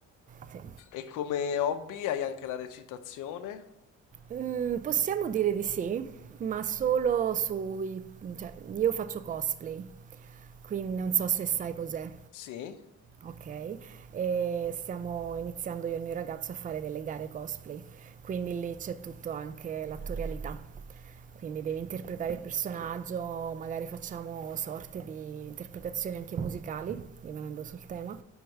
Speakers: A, on the right; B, on the left.
A: Sì.
B: E come hobby hai anche la recitazione?
A: Mm, possiamo dire di sì, ma solo sui... cioè, io faccio cosplay, quindi non so se sai cos'è.
B: Sì.
A: Ok, e stiamo iniziando io e il mio ragazzo a fare delle gare cosplay, quindi lì c'è tutto anche l'attorialità, quindi devi interpretare il personaggio, magari facciamo sorte di interpretazioni anche musicali, rimanendo sul tema,